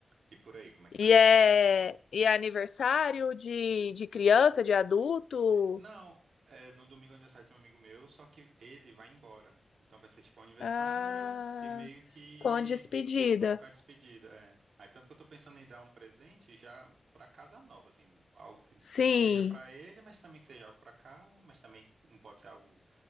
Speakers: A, on the right (about 70°); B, on the left (about 80°).
A: E por aí, como é que
B: E
A: tá a sua?
B: é,
A: Tá bom.
B: e é aniversário de, de criança, de adulto?
A: Não, é no domingo é aniversário de um amigo meu, só que ele vai embora. Então vai ser tipo um aniversário
B: Ah,
A: e meio que
B: com a despedida.
A: com a despedida, é. Aí tanto que eu tô pensando em dar um presente já pra casa nova, assim, algo que tipo
B: Sim,
A: seja pra ele, mas também que seja algo pra casa, mas também não pode ser algo